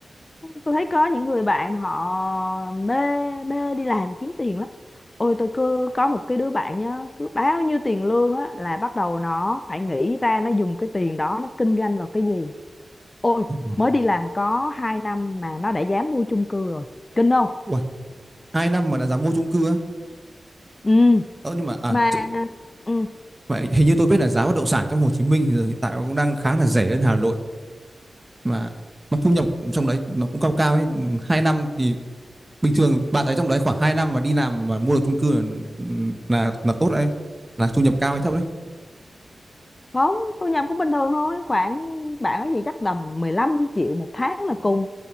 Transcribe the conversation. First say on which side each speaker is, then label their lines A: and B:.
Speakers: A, on the left (about 25°); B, on the right (about 15°).
A: tôi thấy có những người bạn họ mê mê đi làm kiếm tiền lắm ôi tôi cứ có một cái đứa bạn nhá cứ bao nhiêu tiền lương á là bắt đầu nó phải nghĩ ra nó dùng cái tiền đó nó kinh doanh vào cái gì ôi
B: Ờ, ờ.
A: mới đi làm có 2 năm mà nó đã dám mua chung cư rồi kinh không
B: Uầy, hai năm mà đã dám mua chung cư á
A: ừ
B: ờ, nhưng mà à
A: mà ừ
B: mà hình như tôi biết là giá bất động sản trong Hồ Chí Minh thì giờ hiện tại nó cũng đang khá là rẻ hơn Hà Nội mà mà thu nhập trong đấy nó cũng cao cao ấy. hai năm thì bình thường bà thấy trong đấy khoảng 2 năm mà đi làm mà mua được chung cư là là, là tốt đấy là thu nhập cao hay thấp đấy
A: không tôi nhập cũng bình thường thôi khoảng bạn ấy gì chắc tầm 15 triệu một tháng là cùng